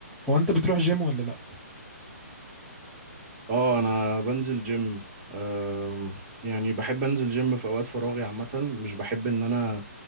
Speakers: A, in the centre; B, on the right (about 25°).
A: هو انت بتروح جيم ولا لا
B: اه انا بنزل جيم أم، يعني بحب انزل جيم في اوقات فراغي عامة مش بحب ان انا